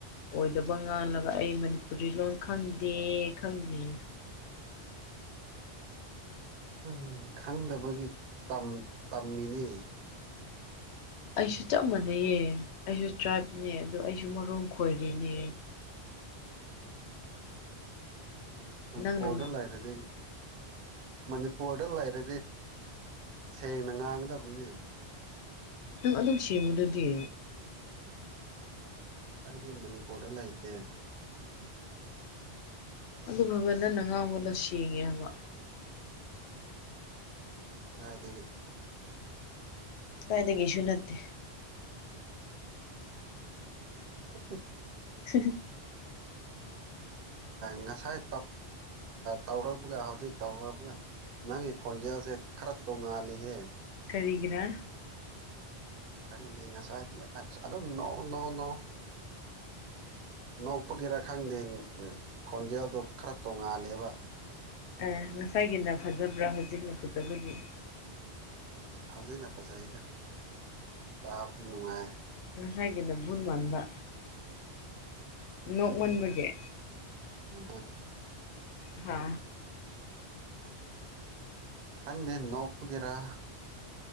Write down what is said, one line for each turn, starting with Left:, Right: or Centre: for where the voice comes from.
Left: ꯑꯣꯏꯗꯕ ꯉꯥꯡꯂꯒ ꯑꯩ ꯃꯅꯤꯄꯨꯔꯤ ꯂꯣꯟ ꯈꯪꯗꯦ ꯈꯪꯗꯦ
Right: ꯎꯝ ꯈꯪꯗꯕꯒꯤ ꯇꯝ ꯇꯝꯃꯤꯅꯦ
Left: ꯑꯩꯁꯨ ꯆꯞ ꯃꯥꯟꯅꯩꯌꯦ ꯑꯩꯁꯨ ꯇ꯭ꯔꯥꯏꯞꯅꯦ ꯑꯗꯣ ꯑꯩꯁꯨ ꯃꯔꯣꯜ ꯈꯣꯏꯔꯤꯅꯦ
Right: ꯃꯅꯤꯄꯨꯔꯗ
Left: ꯅꯪꯅ
Right: ꯂꯩꯔꯗꯤ ꯃꯅꯤꯄꯨꯔꯗ ꯂꯩꯔꯗꯤ ꯁꯦꯡꯅ ꯉꯥꯡꯒꯗꯕꯅꯤꯅꯦ
Left: ꯅꯪ ꯑꯗꯨꯝ ꯁꯦꯡꯕꯗꯨꯗꯤ
Right: ꯑꯩꯗꯤ ꯃꯅꯤꯄꯨꯔꯗ ꯂꯩꯇꯦ
Left: ꯑꯗꯨ ꯐꯥꯎꯕ ꯅꯪꯅ ꯉꯥꯡꯕꯗꯣ ꯁꯦꯡꯉꯦ ꯍꯥꯏꯕ
Right: ꯥꯀꯥꯗꯥꯏꯗꯒꯤ
Left: ꯀꯥꯇꯥꯏꯗꯒꯤꯁꯨ ꯅꯠꯇꯦ
Right: ꯍꯥ ꯍꯥ ꯍꯥ
Left: ꯍꯤ ꯍꯤ
Right: ꯉꯁꯥꯏ ꯇꯧꯔꯛꯄꯒ ꯍꯧꯖꯤꯛ ꯇꯧꯔꯛꯄꯒ ꯅꯪꯒꯤ ꯈꯣꯟꯖꯦꯜꯁꯦ ꯈꯔ ꯇꯣꯡꯉꯥꯜꯂꯤꯍꯦ
Left: ꯀꯔꯤꯒꯤꯔꯥ
Right: ꯈꯪꯗꯦ ꯉꯁꯥꯏꯗꯤ ꯑꯗꯨꯝ ꯅꯣ ꯅꯣꯅꯣ ꯅꯣꯛꯄꯒꯤꯔꯥ ꯈꯪꯗꯦ ꯈꯣꯟꯖꯦꯜꯗꯨ ꯈꯔ ꯇꯣꯉꯥꯜꯂꯦꯕ
Left: ꯑꯥ ꯉꯁꯥꯏꯒꯤꯅ ꯐꯖꯕ꯭ꯔꯥ ꯍꯧꯖꯤꯛꯅ ꯐꯖꯕꯒꯤ ꯌꯦꯡ
Right: ꯍꯧꯖꯤꯛ ꯍꯧꯖꯤꯛꯅ ꯐꯖꯩꯩꯗ ꯇꯥꯕꯗꯨ ꯅꯨꯡꯉꯥꯏ
Left: ꯉꯥꯁꯥꯏꯒꯤꯅ ꯕꯨꯨꯠ ꯃꯥꯟꯕ ꯅꯣꯛꯃꯟꯕꯒꯤ
Right: ꯎꯝ
Left: ꯍꯥ
Right: ꯈꯪꯗꯦ ꯅꯣꯛꯄꯒꯤꯔ